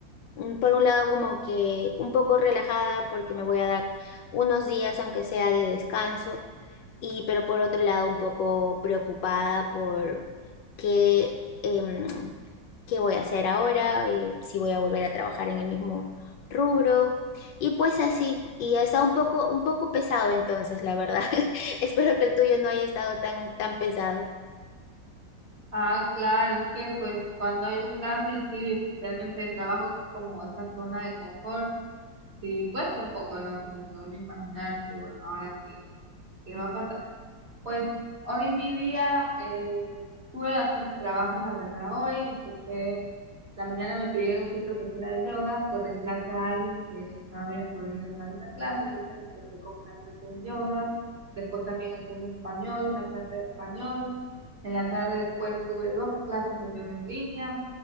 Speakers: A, on the left; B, on the right.
A: mm, Por un lado como que un poco relajada porque me voy a dar unos días, aunque sea de descanso, y pero por otro lado un poco preocupada por qué, em, qué voy a hacer ahora, eh, si voy a volver a trabajar en el mismo rubro. Y pues así, y ha estado un poco, un poco pesado entonces, la verdad. <laughs> Espero que el tuyo no haya estado tan, tan pesado.
B: Ah, claro, es que pues cuando hay un cambio así, especialmente de trabajo, que es como esa zona de confort, sí cuesta un poco, ¿no? Como que uno imaginarse, bueno, ahora qué, qué va a pasar. Pues hoy mi día eh, tuve bastante trabajo, la verdad. Hoy empecé, la mañana me pidieron ser profesora de yoga que reemplace a alguien que no había podido dar una clase, entonces empecé con una clase de yoga. Después también enseñé español, una clase de español. En la tarde después tuve dos clases de yoga en línea